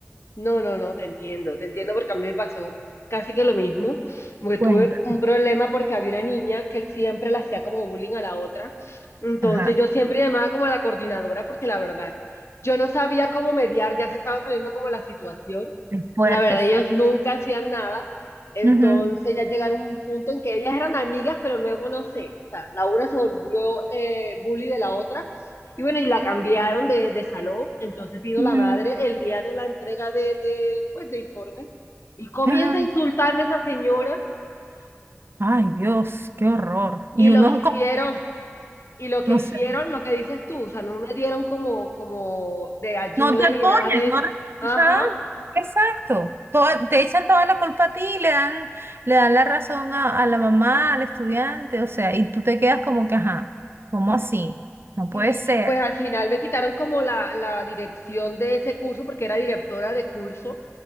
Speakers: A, on the left (about 65°); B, on the right (about 55°).
A: No, no, no, te entiendo, te entiendo porque a mí me pasó casi que lo mismo, porque tuve
B: cuéntame.
A: un problema porque había una niña que siempre le hacía como bullying a la otra, entonces
B: Ajá,
A: yo siempre llamaba como a la coordinadora porque la verdad, yo no sabía cómo mediar, ya se estaba saliendo como la situación,
B: es fuerte,
A: la verdad
B: es
A: ellos
B: fuerte.
A: nunca hacían nada, entonces
B: Ujú.
A: ya llegaron a un punto en que ellas eran amigas, pero luego no sé, o sea, la una se volvió eh, bully de la otra y bueno, y la cambiaron de, de salón, entonces vino
B: Ujú.
A: la madre el día de la entrega de, de, pues, de informes y comienza
B: Ajá.
A: a insultarme esa señora
B: Ay, Dios, qué horror. Y
A: y lo
B: uno
A: que hicieron,
B: como,
A: y lo que
B: no
A: hicieron,
B: sé.
A: lo que dices tú, o sea, no me dieron como, como de ayuda
B: No te apoyan,
A: ni nada de
B: no...
A: eso.
B: re-
A: Ajá,
B: Ajá, exacto. Toda- te echan toda la culpa a ti, le dan, le dan la razón a, a la mamá, al estudiante, o sea, y tú te quedas como que, ajá, ¿cómo así? No
A: Y,
B: puede ser.
A: y, pues al final me quitaron como la, la dirección de ese curso porque era directora de curso.